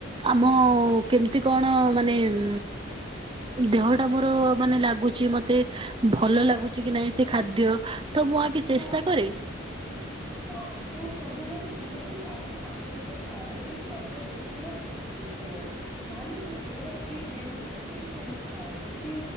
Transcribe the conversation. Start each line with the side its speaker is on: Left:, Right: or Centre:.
Right: ଆମ କେମିତି କଣ ମାନେ ଉ ଦେହ ଟା ମୋର ମାନେ ଲାଗୁଛି ମତେ ଭଲ
Centre: ହଁ
Right: ଲାଗୁଛି କି ନାଇଁ ସେ ଖାଦ୍ୟ। ତ ମୁଁ ଆଗେ ଚେଷ୍ଟା
Centre: ଶୁଣ
Right: କରେ।
Centre: ହଁ ତୁ ସବୁବେଳେ ଦିନରୁ ଚାରି ରୁ ପାଞ୍ଚ ଲିଟର ପାଣି ପିଇ ଶରୀର ଦେଖିବୁୁର ବହୁତ ସୁସ୍ଥ ରହିବ ନହେଲେ ତୋ ଚେହେରା ଠିକ ଯେମିତି ଅଛି ଏବେ ସେମିତି ଥାଉ ବେଶୀ